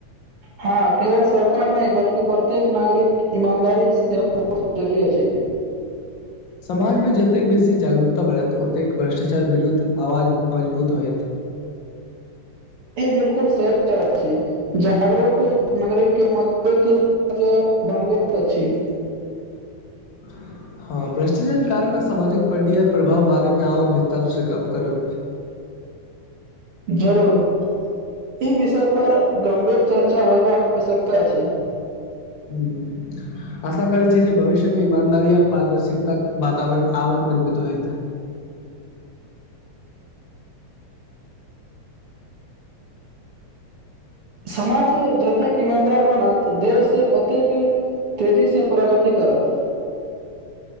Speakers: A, on the right; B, on the left.
A: हँ केवल सरकार नहीं बल्कि प्रत्येक नागरिक ईमानदारी सेव बहुत जरूरी अछि।
B: समाज में जतेक बेसी जागरूकता बढ़त ओतेक भ्रष्टाचार विरुद्ध आवाज मजबूत होयत।
A: ई बिलकुल <unintelligible> से चल छिय। जागरूक नागरिक के <unintelligible> म बनबैत मनबैत अछि।
B: <unintelligible> हँ भ्रष्टाचार केँ कारण सामाजिक प्रतिया प्रभाव बारे मे और विस्तार से गप्प करब।
A: जरूर ई विषय पर गंभीर चर्चा होयबाक आवश्यकता अछि।
B: हूँ। आशा करैत छी जे भविष्य मे ईमानदारी आ पारदर्शितताक वातावरण ओर मजबूत होइत।
A: समाज जतेकऽ ईमानदार बनत देश ओतेक तेजी सँ प्रगति करत